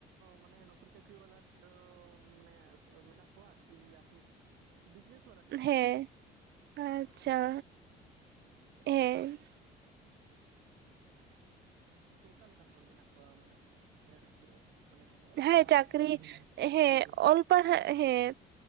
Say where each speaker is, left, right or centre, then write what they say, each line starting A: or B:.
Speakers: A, on the right; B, on the right.
A: ᱢᱟᱱᱮ ᱱᱚᱠᱨᱤ ᱪᱟᱹᱠᱨᱤ ᱵᱟᱞᱟ ᱫᱚ ᱢᱟᱱᱮ ᱢᱮᱱᱟᱜ ᱠᱚᱣᱟ ᱠᱚᱣᱟᱜ ᱠᱤ ᱟᱯᱷᱤᱨ ᱵᱤᱡᱮᱥ
B: ᱦᱮᱸ, ᱟᱪᱪᱷᱟ ᱦᱮᱸ᱾
A: ᱚᱠᱟ ᱞᱮᱠᱟᱱ ᱦᱚᱲ ᱢᱮᱱᱟᱜ ᱠᱚᱣᱟ ᱢᱟᱱᱮ ᱰᱮᱨ ᱢᱟᱱᱮ ᱚᱞ
B: ᱦᱮᱸ
A: ᱯᱟᱲᱦᱟᱣ
B: ᱪᱟᱹᱠᱨᱤ
A: ᱠᱟᱛᱮ,
B: ᱦᱮᱸ
A: ᱪᱟᱹᱠᱨᱤ ᱨᱮ
B: ᱚᱞ ᱯᱟᱲᱦᱟᱜ ᱦᱮᱸᱛ